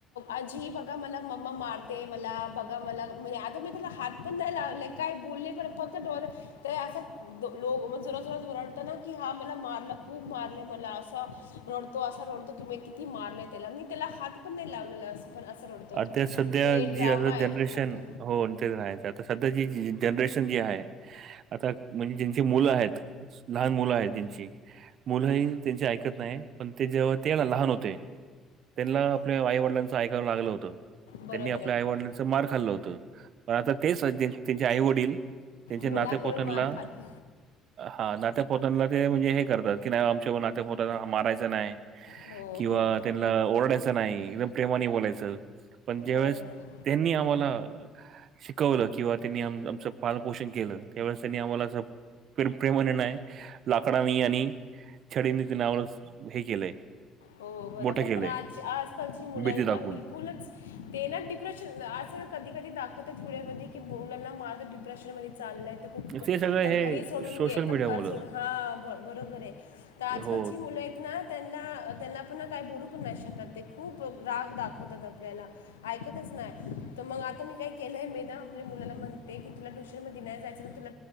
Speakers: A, on the left; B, on the right.
A: आजी बघा मलाग मम्मा मारते मला बघा मला म्हणजे आता मी त्याला हात पण नाय लावले काय बोलले पण फक्त डोळ तर असं दो लो मग जोरात जोरात रडतं ना की हा मला मारला खूप मारलं मला असा रडतो असा रडतो कि मी किती मारलंय त्याला मी त्याला हात पण नाय लावलेला अस. पण असं रडतो
B: आता
A: तो
B: सध्या
A: ते
B: जी
A: ड्रामा
B: आता
A: आयत
B: जनरेशन
A: खूप.
B: हो ते तर हायचं आता सध्या जी जनरेशन जी हाय आता म्हणजे ज्यांची मुलं हायत लहान मुलं हायत ज्यांची मुलंही त्यांचे ऐकत नाय, पण ते जेव्हा ते लहान होते त्यांना आपल्या आईवडिलांचं ऐकावं लागलं होतं.
A: बरोबर
B: त्यांनी आपल्या
A: आहे
B: आई वडिलांच मार खाल्लं होतं. पण आता तेच त्यांचे आई वडील त्यांच्या
A: मुलाकडून
B: नात्या पोत्यांला
A: मार खात
B: हा नात्यापोत्यांना ते म्हणजे हे करतात की नाय आमच्या नात्यापोत्यांना मारायचं नाय.
A: हो हो
B: किंवा
A: हो
B: त्यांना ओरडायचं नाय एकदम प्रेमाने बोलायचं. पण ज्यावेेळेस
A: बरोबर आहे
B: त्यांनी आम्हाला शिकवलं. किंवा त्यांनी आमचं पाल पोषण केलं. त्यावेळेस त्यांनी आम्हाला अस कड प्रेमाने नाय. लाकडानी यानी. छडीनी ते नावळ च हे केलंय.
A: हो बरोबर.
B: मोठं केलंय,
A: पण आजची आजकालची मुलंयेत
B: भीती दाखवून.
A: ना बिलकुलच ते ना डिप्रेशन आस कधी कधी दाखवतच पुढ्यामध्ये की मुलांना मारल डिप्रेशन मधी चाललंय खूप
B: ते सगळं हे
A: घरी सोडून
B: सोशल
A: घे
B: मीडियामुळं.
A: घर सोडून हा बरोबरे. <unintelligible> तर आजकालची
B: हो.
A: मुलंयेत ना. त्यांना त्यांना पण काही बोलू पण नाही शकते. ते खूप राग दाखवतात आपल्याला. ऐकतच नाय. तर मग आता मी काय केलंय मी ना आपल्या मुलाला म्हणते की तुला टू मध्ये नाही जायचं ना तुला